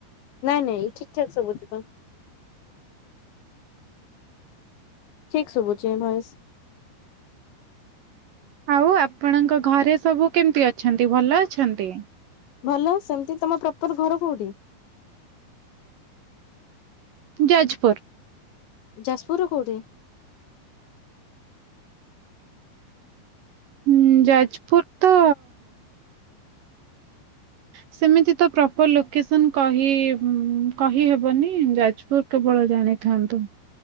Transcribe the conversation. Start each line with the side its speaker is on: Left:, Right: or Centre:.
Left: ନାଇ ନାଇ ଠିକ୍ ଠାକ୍ ସବୁଚି ତ। ଠିକ୍ ଶୁଭୁଚି ଭଏସ୍।
Right: ଆଉ ଆପଣଙ୍କ ଘରେ ସବୁ କେମିତି ଅଛନ୍ତି ଭଲ ଅଛନ୍ତି?
Left: ଭଲ ସେମିତି ତମ ପ୍ରପର ଘର କୋଉଠି?
Right: ଯାଜପୁର।
Left: ଯାଜପୁର ର କୋଉଠି?
Right: ହୁଁ ଯାଜପୁର ତ ସେମିତି ତ ପ୍ରପର ଲୋକେସନ୍ କହି କହିହେବନି ଯାଜପୁର କେବଳ ଜାଣିଥାନ୍ତୁ।